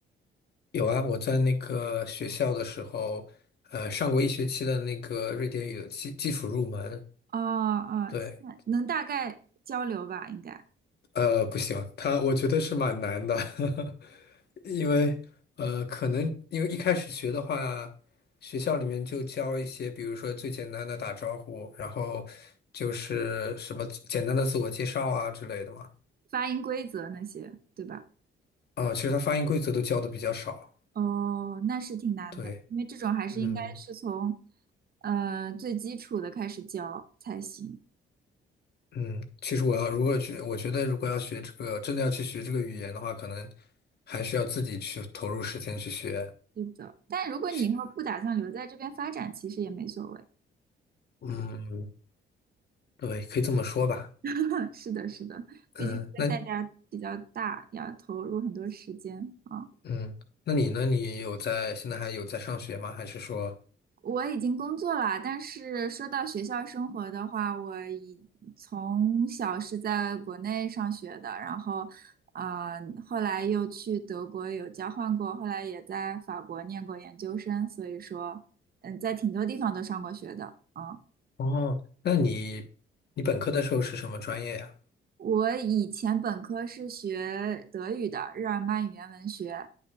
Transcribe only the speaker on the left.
有啊，我在那个学校的时候，呃，上过一学期的那个瑞典语的基基础入门，
对，
呃，不行，他我觉得是蛮难的，<laughs> 因为呃，可能因为一开始学的话，学校里面就教一些，比如说最简单的打招呼，然后就是什么简单的自我介绍啊之类的嘛。
啊，其实他发音规则都教的比较少。
对，
嗯
嗯，其实我要如果学，我觉得如果要学这个，真的要去学这个语言的话，可能还是要自己去投入时间去学
学。
嗯，对，可以这么说吧。
嗯，
那
嗯，那你呢？你有在，现在还有在上学吗？还是说，
哦，那你你本科的时候是什么专业呀？